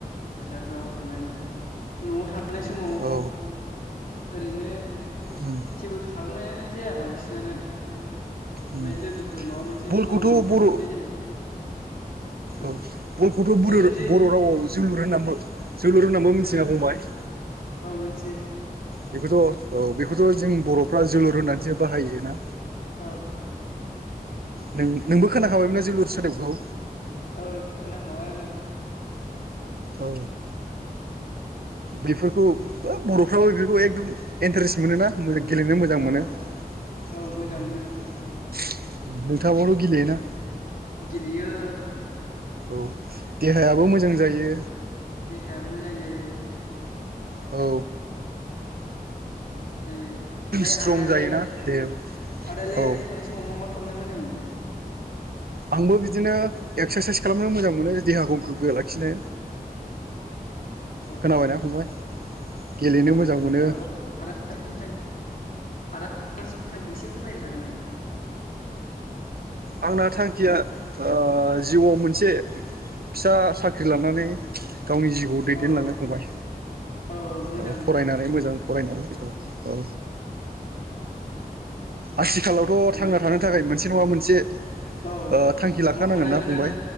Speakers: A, on the left; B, on the right.
A: हासारफ्राव ओमफ्राय न'आव थानाय समाव ओरैनो
B: औ उम
A: जेबो खालामनायानो जाया बांसिनानो ओमफफ्राय
B: उम
A: लोगोफोर माबा मोनसे
B: बलखौथ'
A: मावो लेंबा‌
B: बर'
A: थांनाय जायो फुट
B: औ बलखौथ' बर'बर'
A: जोलुर जि
B: रावाव जोलुर होननाबो जोलुर होननाबो मिन्थियो
A: जोलुर
B: ना फंबाय? <inaudible>
A: औ मोन्थियो।
B: बेखौथ' औ बेखौथ' जों बर'फ्रा जोलुर होननानैसो बाहायो ना?
A: औ
B: नों नोंबो खोनाखाबायमोनना जोलुर सोदोबखौ?
A: ओय खोना हाबाय
B: औ बेफोरखौ -ब बर'फ्राबो बेफोरखौ एकदम इन्टारेस्ट मोन ना मो गेलेनो
A: औ
B: मोजां मोनो नोंथाङाबोथ'
A: औ मोजां मोनो
B: गेलेयोना?
A: गेलयो।
B: औ देहायाबो मोजां जायो
A: देहायाबो‌ मोजां जायो।
B: औ
A: ओम ओमफ्राय
B: स्ट्रं
A: आदायालाय
B: जायोना देहायाबो
A: आदायालाय
B: औ
A: ओरैनो थानाय समाव मा मा खालामना मोजां मोनो
B: आंबो बिदिनो एक्सारसाइस खालामनो मोजां मोनो देहाखौ गोग्गो लाखिनो
A: औ
B: खोनाबायना फंबाय गेलेनो
A: आदा
B: मोजां मोनो
A: औ आदानि आदा <unintelligible> एसे फोरमायनो हागोन नामा
B: आंना थांखिया ओ जिउआव मोनसे फिसा साख्रि लानानै गावनि जिउखौ दैदेनलांनो
A: औ
B: फंबाय।
A: औ मोजां
B: ओ फरायनानै मोजां फरायनानै औ औ
A: औ
B: आथिखालावथ'
A: मोजां
B: थांना थानो थाखाय मोनसे नङा मोनसे ओ
A: औ
B: थांखि लाखानांगोन
A: मावफानांगोनानो
B: ना फंबाय